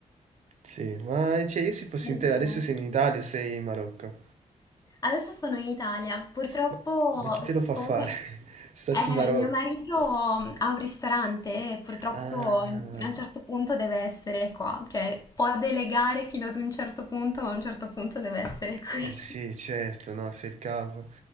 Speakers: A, on the right; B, on the left.
A: Sì, ma cioè io se fossi
B: Speriamo,
A: in te, adesso
B: dai.
A: sei in Italia o sei in Marocco?
B: Adesso sono in Italia. Purtroppo,
A: Ma, ma chi te
B: s-
A: lo fa
B: comunque,
A: fare? <laughs> Stati
B: eh,
A: in Marocco.
B: mio marito ha un ristorante e purtroppo
A: Ah,
B: a un certo punto deve essere qua. Cioè, può delegare fino ad un certo punto, ma a un certo punto deve essere
A: eh
B: qui.
A: sì, certo, no, sei il capo.